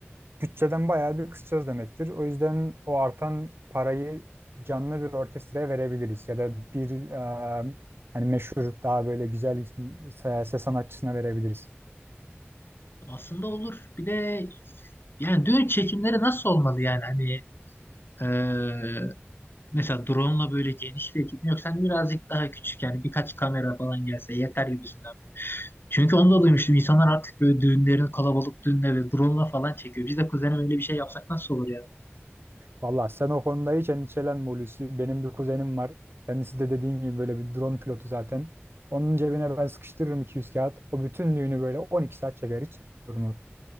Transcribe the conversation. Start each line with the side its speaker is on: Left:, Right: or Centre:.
Right: bütçeden bayağı bir kısacağız demektir. O yüzden o artan parayı canlı bir orkestraya verebiliriz ya da bir e, hani meşhur daha böyle güzel bir se- ses sanatçısına verebiliriz.
Left: Aslında olur. Bir de yani düğün çekimleri nasıl olmalı yani? Hani ee, Mesela drone'la böyle geniş bir ekip mi yok? Sen birazcık daha küçük yani birkaç kamera falan gelse yeter gibisinden mi? Çünkü onu da duymuştum. İnsanlar artık böyle düğünlerini kalabalık düğünle ve drone'la falan çekiyor. Biz de kuzenim öyle bir şey yapsak nasıl olur ya?
Right: Valla sen o konuda hiç endişelenme Hulusi. Benim bir kuzenim var. Kendisi de dediğin gibi böyle bir drone pilotu zaten. Onun cebine ben sıkıştırırım 200 kağıt. O bütün düğünü böyle 12 saat çeker. Hiç sorun yok.